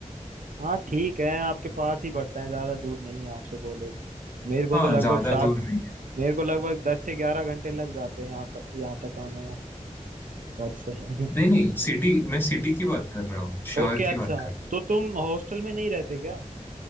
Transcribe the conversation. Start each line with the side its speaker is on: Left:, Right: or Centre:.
Right: हाँ ठीक है आपके पास ही पड़ता है ज्यादा दूर नहीं है आपसे कॉलेज मेरे को
Left: हाँ
Right: तो लगभग
Left: ज्यादा
Right: सात
Left: दूर नहीं है
Right: मेरे को लगभग दस से ग्यारह घंटे लग जाते हैं यहाँ तक यहाँ तक आने में घर से <laughs>
Left: नहीं नहीं सिटी मैं सिटी की बात कर रहा हूँ शहर
Right: ओके अच्छा
Left: की बात कर रहा
Right: तो तुम हॉस्टल में नहीं रहते क्या